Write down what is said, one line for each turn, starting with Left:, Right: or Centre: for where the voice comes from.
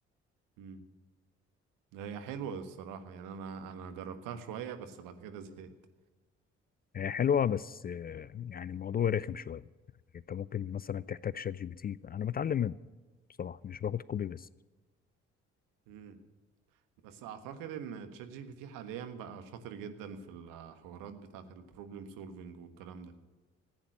Right: مم. هي حلوة الصراحة يعني انا انا جربتها شوية بس بعد كده زهقت
Left: هي حلوه بس آه، يعني الموضوع رخم شويه يعني انت ممكن مثلا تحتاج شات جي بي تي انا بتعلم منه بصراحه مش باخد كوبي بيست
Right: مم. بس اعتقد ان تشات جي بي تي حاليا بقى شاطر جدا في الحوارات بتاعة البروبلم سولفينج والكلام ده